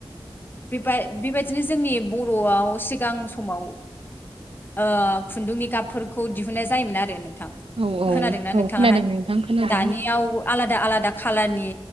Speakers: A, on the left (about 20°); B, on the right (about 70°).
A: बे बाय- बे बायदिनो जोंनि बर'आव सिगां समाव ओ-खुन्दुंनि गाबफोरखौ दिहुननाय जायोमोन आरो नोंथां।
B: औ औ
A: खोनादोंना
B: औ
A: नोंथाङाहाय
B: खोनादों नोंथां खोनादों
A: दानियाव आलादा-आलादा खालारनि